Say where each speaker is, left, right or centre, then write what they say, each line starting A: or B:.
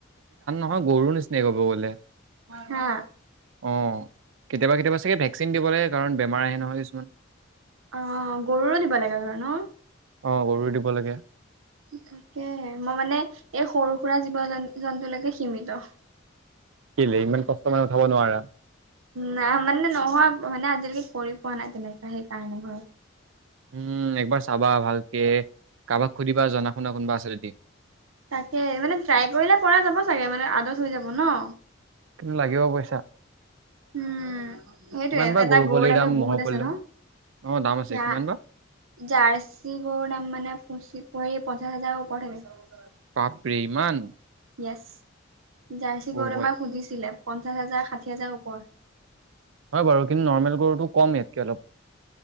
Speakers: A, on the right; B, on the right.
A: অহ' গৰুৰ নিচিনাই ক'ব গ'লে।
B: হা
A: অহ' কেতিয়াবা কেতিয়াবা চাগে ভেকচিন দিব লাগে, কাৰণ বেমাৰ আহে নহয় কিছুমান।
B: অহ', গৰুৰো দিব লাগে, ধৰা ন।
A: অহ' গৰুৰ দিব লাগে।
B: তাকেহে, মই মানে এই সৰু সুৰা জীৱ-জন্তুলৈকে সিমিত।
A: কেলে? ইমান কষ্ট মানে উঠাব নোৱাৰা।
B: না মানে নহয়, মানে আজিলৈকে কৰি পোৱা নাই তেনেকা সেইকাৰণে, হয়।
A: উম' একবাৰ চাবা ভালকে, কাৰোবাক সুধিবা জনা শুনা কোনোবা আছে যদি।
B: তাকে মানে ট্ৰাই কৰিলে পৰা যাব চাগে, মানে আদত হৈ যাব ন।
A: কিন্তু লাগিব পইচা।
B: উম' সেইটোৱে,
A: কিমান বা
B: এটা
A: গৰু
B: গৰুৰ
A: পোৱালিৰ
B: দামে
A: দাম
B: বহুত
A: ম'হৰ
B: আছে
A: পোৱালিৰ
B: ন।
A: দাম অ দাম আছে
B: ইয়া,
A: কিমান বা
B: জাৰ্চি গৰু তাৰমানে পুচি পৰি পঞ্চাছ হাজাৰ ওপৰত হ'ব।
A: বাপৰে ইমান
B: য়েচ জাৰ্চি গৰুত
A: অ ৱাই
B: আমাক সুধিছিলে, পঞ্চাশ হাজাৰ ষাঠি হাজাৰ ওপৰ।
A: হয় বাৰু, কিন্তু নৰ্মেল গৰুটো কম ইয়াতকে অলপ।